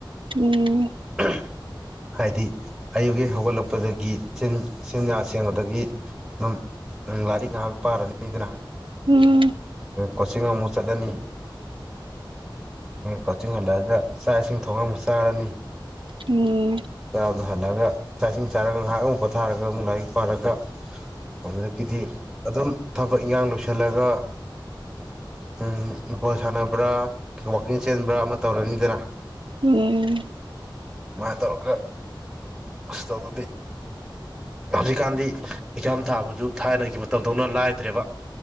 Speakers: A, on the right; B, in the centre.
A: ꯎꯝ
B: ꯎꯍꯝ ꯍꯥꯏꯗꯤ ꯑꯌꯨꯛ ꯍꯦꯛ ꯍꯧꯒꯠꯂꯛꯄꯗꯒꯤ ꯆꯤꯟ ꯆꯤꯟꯌꯥ ꯁꯦꯡꯕꯗꯒꯤ ꯑꯗꯨꯝ ꯂꯥꯏꯔꯤꯛ ꯉꯥꯏꯍꯥꯛ ꯄꯥꯔꯅꯤꯗꯅ
A: ꯎꯝ
B: ꯀꯣꯆꯤꯡ ꯑꯃꯨꯛ ꯆꯠꯂꯅꯤ ꯀꯣꯆꯤꯡ ꯍꯜꯂꯛꯑꯒ ꯆꯥꯛ ꯏꯁꯤꯡ ꯊꯣꯡꯉꯥ ꯑꯃꯨꯛ ꯆꯥ ꯆꯥꯔꯅꯤ
A: ꯎꯝ
B: ꯆꯥꯕ ꯍꯜꯂꯛꯑꯒ ꯆꯥꯛ ꯏꯁꯤꯡ ꯆꯥꯔꯒ ꯉꯥꯏꯍꯥꯛ ꯑꯃꯨꯛ ꯄꯣꯊꯥꯔꯒ ꯑꯃꯨꯛ ꯂꯥꯏꯔꯤꯛ ꯄꯥꯔꯒ ꯑꯗꯨꯗꯒꯤꯗꯤ ꯑꯗꯨꯝ ꯊꯕꯛ ꯏꯟꯈꯥꯡ ꯂꯣꯏꯁꯜꯂꯒ ꯎꯝ ꯐꯨꯠ ꯕꯣꯜ ꯁꯥꯟꯅꯕ꯭ꯔꯥ ꯋꯥꯛꯀꯤꯡ ꯆꯦꯟꯕ꯭ꯔꯥ ꯑꯃ ꯇꯧꯔꯅꯤꯗꯅ
A: ꯎꯝ
B: ꯁꯨꯃꯥꯏꯅ ꯇꯧꯔꯒ ꯑꯁ ꯇꯧꯕꯗꯤ ꯍꯧꯖꯤꯛꯀꯥꯟꯗꯤ ꯑꯦꯛꯖꯥꯝ ꯊꯥꯕꯁꯨ ꯊꯥꯏꯅꯒꯤ ꯃꯇꯝꯗꯧꯅ ꯂꯥꯏꯗ꯭ꯔꯦꯕ